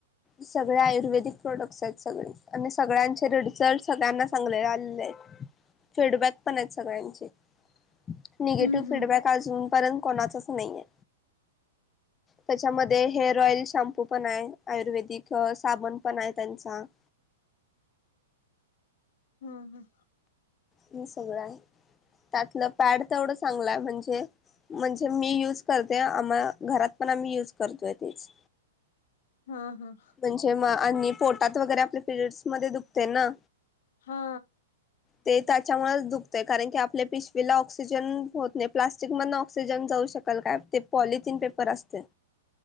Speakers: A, on the left; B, on the left.
A: सगळे आयुर्वेदिक प्रोडक्ट्स आहेत सगळे आणि सगळ्यांचे रिझल्ट सगळ्यांना चांगले आलेले आहेत. फीडबॅक पण आहेत सगळ्यांचे <inaudible>
B: हम्म
A: निगेटिव्ह फीडबॅक अजून पर्यंत कोणाचच नाही आहे त्याच्यामध्ये हेअर ऑइल शॅंम्पू पण आहे. आयुर्वेदिक साबण पण आहे त्यांचा <inaudible>
B: हम्म, हम्.
A: हे सगळं आहे त्यातलं पॅड तेवढं चांगलं आहे म्हणजे म्हणजे मी युज करते आम्हा घरात पण आम्ही युज करतोय तेच.
B: हा. हा
A: म्हणजे म आणि पोटात वगैरे आपल्या पिरियड्स मध्ये दुखते ना.
B: हा.
A: ते त्याच्यामुळेच दुखतय कारण की आपले पिशवीला ऑक्सिजन होत नाही प्लास्टिक मधन ऑक्सिजन जाऊ शकत ल काय? ते पॉलिथीन पेपर असते.